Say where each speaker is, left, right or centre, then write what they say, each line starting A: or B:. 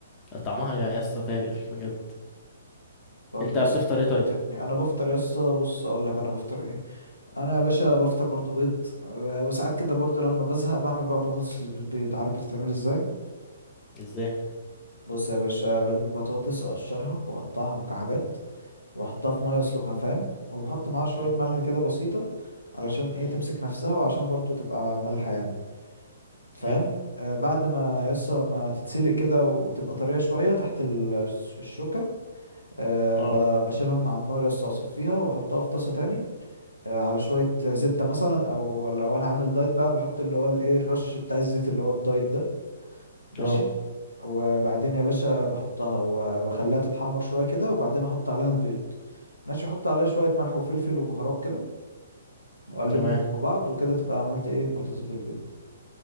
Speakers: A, on the left; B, on the left.
A: طعمها يا اسطى فاجر بجد
B: طب
A: أنت
B: بس
A: بتفطر
B: بتفطر
A: إيه طيب؟
B: ايه تاني انا بفطر يا اسطى بص اقول لك انا بفطر ايه انا يا باشا بفطر برضو بيض آه، وساعات كده برضو لما بزهق بعمل بقى بطاطس بالبيض عارف بتتعمل ازاي
A: إزاي؟
B: بص يا باشا بجيب البطاطس اقشرها واقطعها مكعبات واحطها في ميه اسلقها فاهم وبحط معاها شويه
A: حلو
B: ملح كده بسيطه علشان ايه
A: مم،
B: تمسك نفسها وعشان برضو تبقى مالحه يعني فاهم
A: حلو.
B: آه بعد ما يسا ما تتسلق كده وتبقى طريه شويه تحت ال- الش- الشوكه آه
A: أه
B: ب- بشيلها من على النار يسا اصفيها واحطها في طاسه تاني آه على شويه زبده مثلا او لو انا عامل دايت بقى بحط اللي هو الايه الرش بتاع الزيت اللي هو الدايت ده ماشي
A: أه
B: وبعدين يا باشا بحطها و- واخليها تتحمر شويه كده وبعدين احط عليها البيض ماشي احط عليها شويه ملح وفلفل وبهارات كده واقلبهم
A: تمام
B: في بعض وكده تبقى عملت ايه بطاطس بالبيض